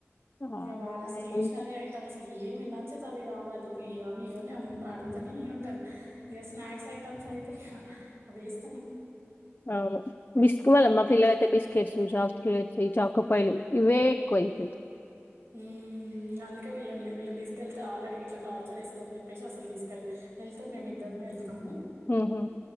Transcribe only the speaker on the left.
ఆ!
రాయడంతో
అవును బిస్క్ వల్ల మా పిల్ల అయితే బిస్కెట్స్ చాకెట్స్ చాకో పైలు ఇవే ఎక్కువై పోయి
ఉహు